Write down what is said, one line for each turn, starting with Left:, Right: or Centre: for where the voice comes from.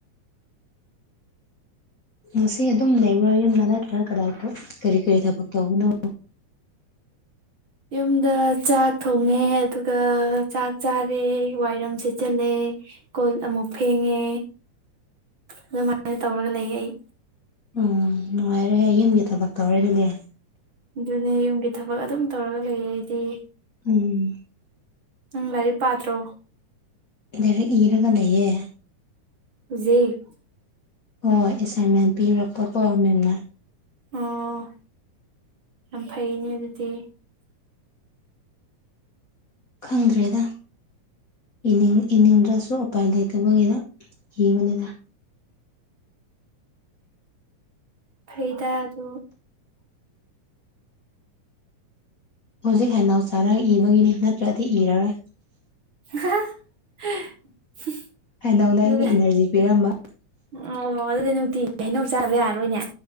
Left: ꯃꯁꯤ ꯑꯗꯨꯝ ꯂꯩꯕꯔꯥ ꯌꯨꯝꯗ ꯅꯠꯇ꯭ꯔꯥ ꯀꯗꯥꯏꯗꯣ ꯀꯔꯤ ꯀꯔꯤ ꯊꯕꯛ ꯇꯧꯕꯅꯣ
Right: ꯌꯨꯝꯗ ꯆꯥꯛ ꯊꯣꯡꯉꯦ ꯑꯗꯨꯒ ꯆꯥꯛ ꯆꯥꯔꯦ ꯋꯥꯏꯔꯝ ꯁꯦꯠꯆꯜꯂꯦ ꯀꯣꯜ ꯑꯃꯨꯛ ꯐꯦꯡꯉꯦ ꯑꯗꯨꯃꯥꯏꯅ ꯇꯧꯔꯒ ꯂꯩꯌꯦ ꯑꯩ
Left: ꯎꯝ ꯅꯨꯡꯉꯥꯏꯔꯦ ꯌꯨꯝꯒꯤ ꯊꯕꯛ ꯇꯧꯔꯦ ꯑꯗꯨꯅꯦ
Right: ꯑꯗꯨꯅꯦ ꯌꯨꯝꯒꯤ ꯊꯕꯛ ꯑꯗꯨꯝ ꯇꯧꯔꯒ ꯂꯩꯌꯦ ꯑꯩꯗꯤ
Left: ꯎꯝ
Right: ꯎꯝ ꯂꯔꯤꯛ ꯄꯥꯠꯇ꯭ꯔꯣ
Left: ꯂꯩꯔꯛ ꯏꯔꯒ ꯂꯩꯌꯦ
Right: <unintelligible>
Left: ꯍꯣꯏ ꯍꯣꯏ ꯑꯦꯁꯥꯏꯟꯃꯦꯟ ꯄꯤꯔꯛꯄꯀꯣ ꯃꯦꯝꯅ
Right: ꯑꯣ ꯌꯥꯝ ꯐꯩꯅꯦ ꯑꯗꯨꯗꯤ
Left: ꯈꯪꯗ꯭ꯔꯦꯗ ꯅꯤꯡ ꯏꯅꯤꯡꯗ꯭ꯔꯁꯨ ꯎꯄꯥꯏ ꯂꯩꯇꯕꯒꯤꯅ ꯏꯕꯅꯤꯅ
Right: ꯐꯔꯤꯗ ꯑꯗꯨ
Left: ꯍꯧꯖꯤꯛ ꯍꯅꯥꯎ ꯆꯥꯔꯒ ꯏꯕꯒꯤꯅꯤ ꯅꯠꯇ꯭ꯔꯗꯤ ꯏꯔꯔꯣꯏ
Right: <inaudible>
Left: ꯍꯥꯏꯅꯗꯧꯅ ꯑꯩꯒꯤ
Right: ꯑꯗꯨꯗꯤ
Left: ꯏꯅꯔꯖꯤ ꯄꯤꯔꯝꯕ
Right: ꯑꯣ ꯑꯗꯨꯗꯤ ꯅꯨꯡꯇꯤꯒꯤ ꯍꯩꯅꯧ ꯆꯥꯕ ꯌꯥꯔꯣꯏꯅꯦ